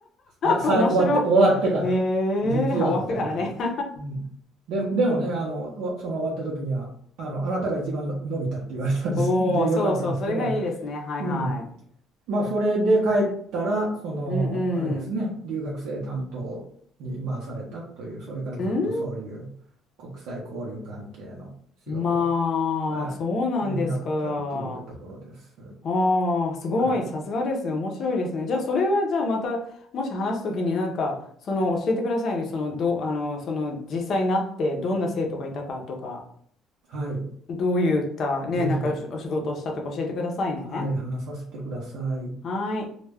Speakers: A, on the right (about 80°); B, on the left (about 45°).
A: あ、さい、
B: あ。<laughs> 面白い。
A: 終わって、終わってから、
B: へえ、
A: 実はみたいな感じで。
B: 終わってからね。<laughs>
A: うん。で、でもね、あの、おその終わった時には、あの、あなたが一番の伸びたって言われたんです。
B: おお、
A: <laughs> で、
B: そうそう、
A: よかったんですけど、
B: それがいいですね。はいは
A: うん。まあ、それで帰ったら、その、
B: い。うん
A: あれですね、留学生担当に回されたという、それからずっとそういう
B: うん。ん
A: 国際交流関係の仕事を、
B: まあ、
A: はい、
B: そうなんですか。
A: になったっていうところです。
B: ああ、すごい、
A: はい。
B: さすがですね。面白いですね。じゃあ、それは、じゃあ、また、もし話すときになんか、その、教えてくださいね。その、ど、あの、その、実際になって、どんな生徒がいたかとか、
A: はい。
B: どういった、ね、
A: ぜひ、
B: なんかお仕、お仕事をしたとか教えてくださいね。
A: はい、話させてください。
B: はい。